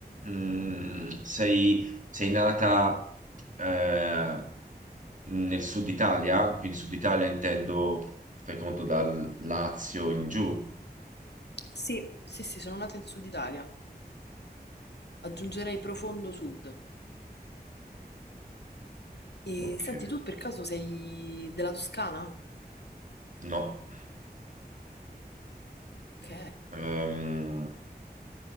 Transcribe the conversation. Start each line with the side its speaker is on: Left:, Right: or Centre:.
Right: mm, sei, sei nata eh, nel sud Italia, quindi sud Italia intendo, fai conto, dal Lazio in giù.
Left: Sì, sì, sì, sono nata in Sud Italia. Aggiungerei profondo sud. E
Right: Ok,
Left: senti, tu per caso sei della Toscana?
Right: no.
Left: Ok.
Right: Ehm,